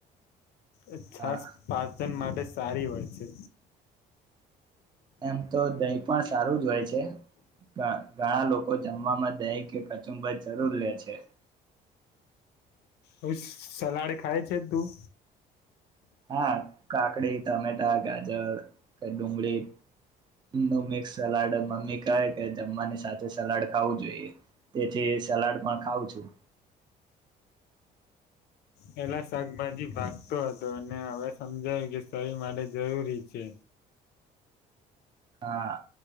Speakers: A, on the left; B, on the right.
A: અહ છાસ
B: હા
A: પાચન માટે સારી વાત છે.
B: એમ તો દહીં પણ સારું જ હોય છે. ધ-ઘણા લોકો જમવામાં દહીં કે કચુંબર જરૂર લે છે.
A: હુસ સલાડ ખાય છે તું?
B: હા કાકડી, ટમેટા, ગાજર કે ડુંગળી નું મિક્સ સલાડ મમ્મી કહે કે જમવાની સાથે સલાડ ખાવું જોઈએ. તેથી સલાડ પણ ખાવં છું.
A: પેલા શાકભાજી ભાગતો હતો અને હવે સમજાયું કે તરી માટે જરૂરી છે.
B: હા,